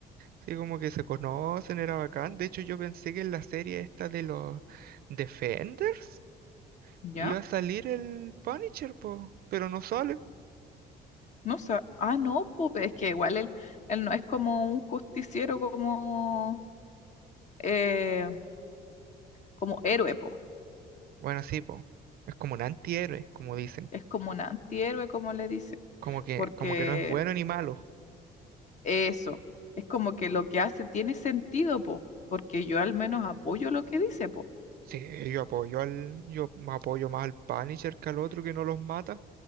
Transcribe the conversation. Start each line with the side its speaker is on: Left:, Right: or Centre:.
Right: Sí, como que se conocen, era bacán. De hecho, yo pensé que en la serie esta de los Defenders.
Left: ¿Ya?
Right: Iba a salir el Punisher, po, pero no sale.
Left: No sé. Ah, no, pues es que igual él, él no es como un justiciero como, eh, como héroe, po.
Right: Bueno, sí, po. Es como un antihéroe, como dicen.
Left: Es como un antihéroe, como le dicen.
Right: Como que,
Left: Porque
Right: como que no es bueno ni malo.
Left: eso, es como que lo que hace tiene sentido, po. Porque yo al menos apoyo lo que dice, po.
Right: Sí, yo apoyo al, yo me apoyo más al Punisher que al otro que no los mata.